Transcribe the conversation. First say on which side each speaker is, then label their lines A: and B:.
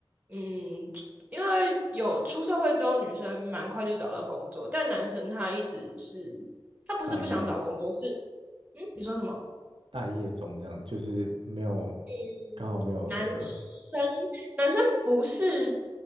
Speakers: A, on the right; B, on the right.
A: 嗯，因为有出社会之后，女生蛮快就找到工作，但男生他一直是他不是不想找工作，
B: 待业中，
A: 是嗯，你说什么？
B: 待业中这样，就是没有
A: 嗯，
B: 刚好没有那个，
A: 男生男生不是